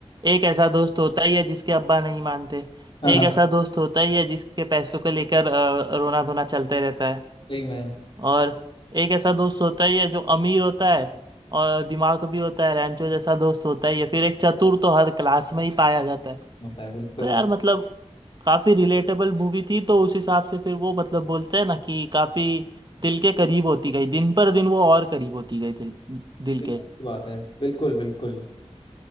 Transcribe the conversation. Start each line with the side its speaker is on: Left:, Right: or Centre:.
Right: एक ऐसा दोस्त होता ही है जिसके अब्बा नहीं मानते
Left: हाँ हाँ
Right: एक ऐसा दोस्त होता ही है जिसके पैसों को लेकर अ, रोना धोना चलते रहता है
Left: सही में
Right: और एक ऐसा दोस्त होता ही है जो अमीर होता है और दिमाग भी होता है रैंचो जैसा दोस्त होता ही है फिर एक चतुर तो हर क्लास में ही पाया जाता है
Left: होता है बिल्कुल
Right: तो यार मतलब काफी रिलेटेबल मूवी थी तो उस हिसाब से फिर वो मतलब बोलते हैं ना कि काफी दिल के करीब होती गई दिन पर दिन वो और करीब होती गई दिल दिल
Left: बिल्कुल
Right: के
Left: सही बात है बिल्कुल बिल्कुल